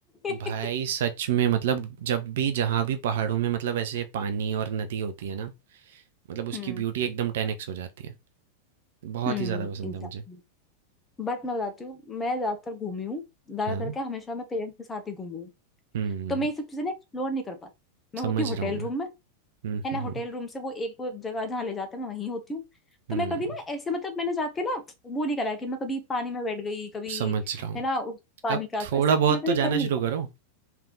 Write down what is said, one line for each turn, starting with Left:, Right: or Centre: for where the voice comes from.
Left: <laughs>
Right: भाई सच में मतलब जब भी जहाँ भी पहाड़ों में मतलब ऐसे पानी और नदी होती है ना मतलब उसकी
Left: हम्म
Right: ब्यूटी एकदम टेन एक्स हो जाती है बहुत
Left: हम्म
Right: ही ज़्यादा पसंद
Left: एग्जैक्टली
Right: है मुझे
Left: बट मैं बताती हूँ मैं ज्यादातर घूमी हूँ ज्यादातर
Right: हाँ
Left: क्या हमेशा मैं पेरेंट्स के साथ ही घूमी
Right: हम्म
Left: तो मैं ये सब चीजें ना एक्सप्लोर नहीं कर पाती मैं
Right: समझ
Left: होती हूँ होटल
Right: रहा हूँ मैं
Left: रूम में
Right: हम्म
Left: है
Right: हम्म
Left: ना होटल
Right: हम्म
Left: रूम से वो एक वो जगह जहाँ ले जाते हैं मैं वहीं होती हूँ तो
Right: हम्म,
Left: मैं कभी ना ऐसे मतलब मैंने जाके ना वो नहीं करा कि मैं कभी पानी में बैठ गई कभी
Right: समझ रहा हूँ
Left: है ना उस पानी
Right: अब
Left: का
Right: थोड़ा
Left: ऐसा
Right: बहुत
Left: मैं कभी
Right: तो जाना
Left: कर नहीं
Right: शुरू
Left: पाई
Right: करो